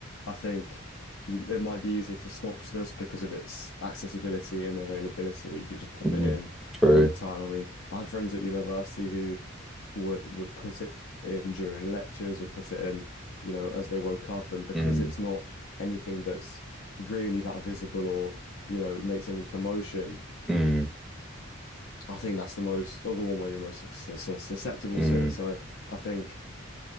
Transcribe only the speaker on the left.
I think you, it might be easier to Snopsness because of its accessibility and availability, where you can just pop
it in
any time. I mean, I had friends at university who would would put it in during lectures, would put it in, you know, as they woke up, and because
it's not anything that's really that visible or you know makes any commotion,
I think that's the most or the one where you're most sus- sus- susceptible
to it. So I think.